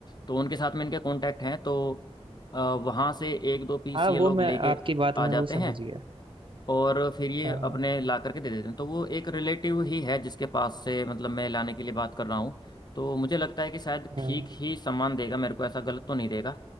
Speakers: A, on the left; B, on the right.
A: तो उनके साथ में इनके कांटेक्ट हैं तो अ, वहाँ से एक दो पीस
B: हाँ
A: ये लोग
B: वो मैं
A: लेके
B: आपकी बात
A: आ
B: में
A: जाते
B: वो समझ
A: हैं
B: गया
A: और फिर ये
B: हाँ
A: अपने ला करके दे देते हैं तो वो एक रिलेटिव ही है जिसके पास से मतलब मैं लाने के लिए बात कर रहा हूँ तो मुझे लगता है कि शायद
B: हाँ
A: ठीक ही सामान देगा मेरे को ऐसा गलत तो नहीं देगा